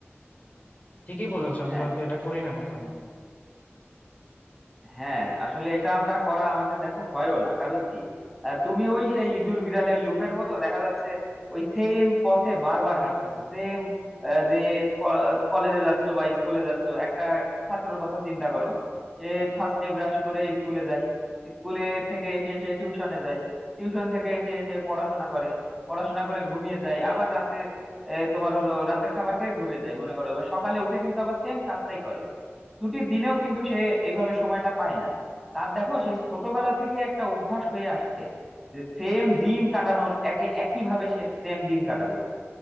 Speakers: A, on the left; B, in the centre.
A: ঠিকই বলেছো
B: হ্যাঁ
A: আমরা তো এটা করি না কখনো
B: হ্যাঁ আসলে এটা আমরা করা আমাদের দেখো হয়ও না কারণ কি আহ, তুমি ওই সেই ইঁদুর বিড়ালের লুপের মতো দেখা যাচ্ছে ওই সেম পথে বারবার হাঁটতেছো সেম যে কলেজে যাচ্ছ বা স্কুলে যাচ্ছ একটা ছাত্রের কথা চিন্তা করো সে ফার্স্টে ব্রাশ করে স্কুলে যায় স্কুলে থেকে এসে সে টিউশনে যায় টিউশন থেকে এসে সে পড়াশোনা করে পড়াশোনা করে ঘুমিয়ে যায় আবার রাতে আহ, তোমার হলো রাতের খাবার খেয়ে ঘুমিয়ে যায় মনে করো এবার সকালে উঠে কিন্তু আবার সেম কাজটাই করে ছুটির দিনেও কিন্তু সে এইভাবে সময়টা পায় না তার দেখো সেই ছোটবেলা থেকে একটা অভ্যাস হয়ে আসছে যে সেম দিন কাটানোর একে একই ভাবে সে সেম দিন কাটাবে